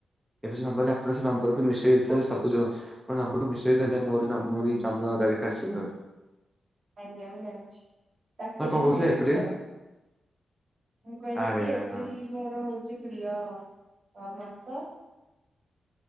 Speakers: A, in the centre; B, on the right (about 45°).
A: ଏବେ ସେଇ ନମ୍ବର <unintelligible> ନମ୍ବର କୁ ମିଶେଇଦେଲେ ସବୁ ଜ ମାନେ ନମ୍ୱର୍ କୁ ମିଶେଇ ଦେଲେ ମୋରି ନ ମୋରି ଜନ୍ମ ତାରି <unintelligible>
B: ଆଜ୍ଞା ମୁଁ ଜାଣିଛି ତା କି ସେଇଟା
A: କଣ
B: ବି
A: କହୁଥିଲେ
B: ପୁଣି
A: ଏପ୍ରିଲ
B: ଦି ଥର ମୁଁ କହିଲି
A: ଆରେ
B: କି
A: ୟାର
B: ଏପ୍ରିଲ୍
A: ହଁ
B: ମୋର ହଉଚି ପ୍ରିୟ। ଅ ମାସ